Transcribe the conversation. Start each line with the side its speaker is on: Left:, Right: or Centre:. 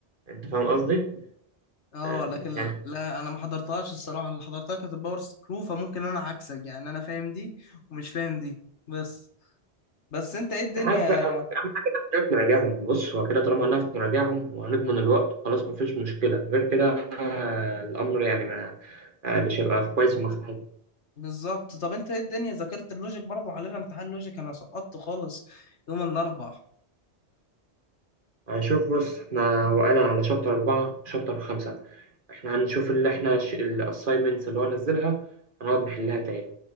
Right: انت فاهم قصدي؟
Left: اه
Right: أم،
Left: لكن
Right: يعني
Left: لا انا ما حضرتهاش الصراحه اللي حضرتها كانت الباور سكرو فممكن انا عكسك يعني انا فاهم دي ومش فاهم دي بس بس انت ايه الدنيا
Right: عاد بقى بس اهم حاجه ان احنا نعرف نراجعهم بص هو كده طالما هنعرف نراجعهم وهنضمن الوقت خلاص مفيش مشكله غير كده آه، الامر يعني ما آه، مش هيبقى في كويس ومصلحتنا
Left: بالظبط طب انت ايه الدنيا ذاكرت اللوجيك برضه علينا امتحان لوجيك انا سقطت خالص يوم الاربع
Right: هنشوف بص احنا وقعنا على شابتر أربعة وشابتر خمسة احنا هنشوف اللي احنا الأسايمنتس اللي هو نزلها هنقعد نحلها تاني